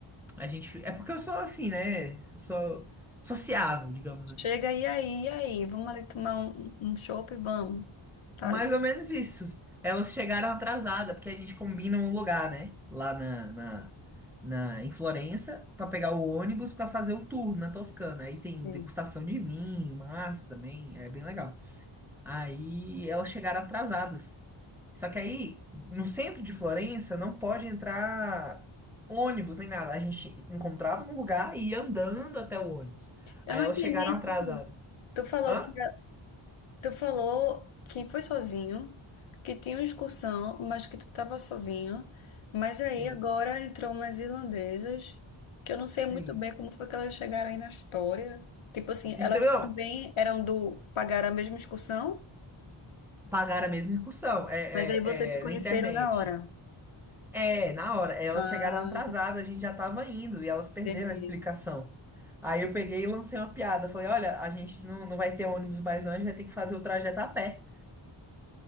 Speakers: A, in the centre; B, on the left.
A: a gente, fi- é porque eu sou assim, né? Sou sociável, digamos assim.
B: Chega e aí, e aí, vamos ali tomar um, um chopp, vamos. Tá?
A: Mais ou menos isso. Elas chegaram atrasada, porque a gente combina um lugar, né? Lá na, na, na- em Florença, pra pegar o ônibus pra fazer o tour na Toscana. Aí tem
B: Sim.
A: degustação de vinho, massa também, é bem legal. Aí elas chegaram atrasadas. Só que aí, no centro de Florença, não pode entrar ônibus nem nada. A gente encontrava um lugar e ia andando até o ônibus.
B: Eu
A: Aí
B: não
A: elas
B: entendi.
A: chegaram atrasadas.
B: Tu falou
A: Hã?
B: que Tu falou que foi sozinho, que tinha uma excursão, mas que tu estava sozinho. Mas aí
A: Sim,
B: agora entrou umas irlandesas, que eu não sei
A: sim.
B: muito bem como foi que elas chegaram aí na história. Tipo assim,
A: Então,
B: elas também eram do pagar a mesma excursão,
A: Pagaram a mesma excursão. É,
B: mas aí vocês
A: é,
B: se conheceram
A: é, na internet.
B: na hora.
A: É, na hora. Elas
B: Ah,
A: chegaram atrasadas, a gente já tava indo e elas perderam
B: entendi.
A: a explicação. Aí eu peguei e lancei uma piada. Falei, olha, a gente não, não vai ter ônibus mais não, a gente vai ter que fazer o trajeto a pé.